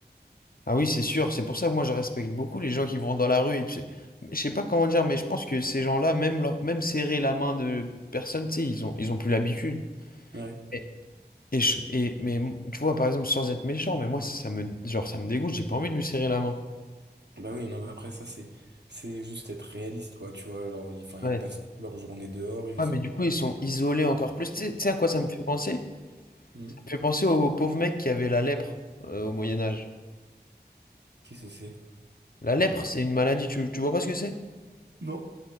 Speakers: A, on the left; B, on the right.
A: Ah oui, c'est sûr, c'est pour ça que moi je respecte beaucoup les gens qui vont dans la rue et tu sais, je sais pas comment dire, mais je pense que ces gens-là, même, leur- même serrer la main de personne, tu sais, ils ont, ils ont plus l'habitude.
B: Ouais.
A: Et, et, je- et- mais m- tu vois, par exemple, sans être méchant, mais moi ça, ça me, genre, ça me dégoûte, j'ai pas envie de lui serrer la main.
B: Bah oui, non, mais après, ça, c'est, c'est juste être réaliste, quoi, tu vois. Alors, ils, enfin,
A: Ouais.
B: ils passent toute leur journée dehors, ils
A: Ouais, mais
B: ont.
A: du coup, ils sont isolés encore plus. Tu sais, tu sais à quoi ça
B: Ouais.
A: me fait penser?
B: Hmm.
A: Ça me fait penser aux pauvres mecs qui avaient la lèpre euh, au Moyen Âge.
B: Qui ce c'est?
A: La lèpre, c'est une maladie, tu, tu vois pas ce que c'est?
B: Non.